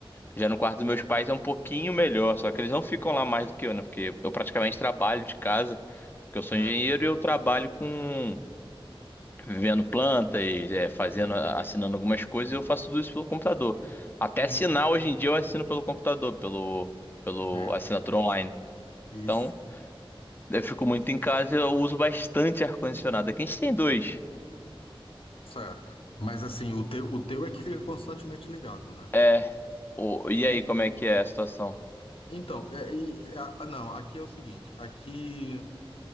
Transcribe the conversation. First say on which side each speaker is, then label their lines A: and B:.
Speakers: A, on the left; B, on the left.
A: Já no quarto dos meus pais é um pouquinho melhor, só que eles não ficam lá mais do que eu, né? Porque eu praticamente trabalho de casa, porque eu sou
B: é,
A: engenheiro e eu trabalho com vendo plantas, é, fazendo, assinando algumas coisas, e eu faço tudo isso pelo computador. Até
B: uhum,
A: assinar hoje em dia eu assino pelo computador, pelo, pelo
B: é,
A: assinatura online.
B: isso,
A: Então, eu fico muito em casa, eu uso bastante ar-condicionado. Aqui a gente tem dois.
B: certo. Mas assim, o teu, o teu é que fica constantemente ligado, né?
A: É. O- E
B: E
A: aí, como é que é a situação?
B: então, é, e- a- a- não, aqui é o seguinte, aqui,